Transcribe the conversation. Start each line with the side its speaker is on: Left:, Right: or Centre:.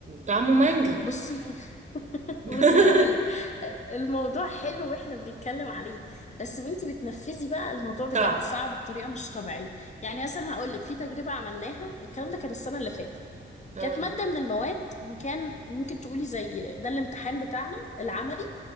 Right: طعمه مانجا
Left: بصي <laughs>
Right: <laughs>
Left: بصي هقولك الموضوع حلو واحنا بنتكلم عليه بس وانتي بتنفذي بقى الموضوع بجد
Right: صعب
Left: صعب بطريقة مش طبيعية يعني مثلا هقولك في تجربة عملناها الكلام ده كان السنة اللي فاتت
Right: اه
Left: كانت مادة من المواد وكان ممكن تقولي زي ده الامتحان بتاعنا العملي